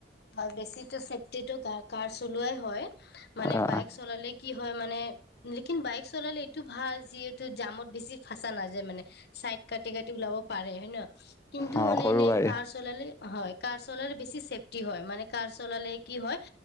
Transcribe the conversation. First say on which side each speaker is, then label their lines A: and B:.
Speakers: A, on the left; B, on the left.
A: হয়, বেছিতো চেফটিটো কাৰ চলোৱাই হয়। মানে
B: অ,
A: বাইক চলালে কি হয় মানে। লেকিন বাইক চলালে এইটো ভাল। যিহেতু জামত বেছি ফাঁচা নাযায় মানে। চাইড কাটি কাটি ওলাব পাৰে হয় ন, কিন্তু
B: অ,
A: মানে
B: সৰু
A: এনেই
B: গাড়ী
A: কাৰ চলালে, হয় কাৰ চলালে বেছি চেফ টি হয়, মানে কাৰ চলালে কি হয়,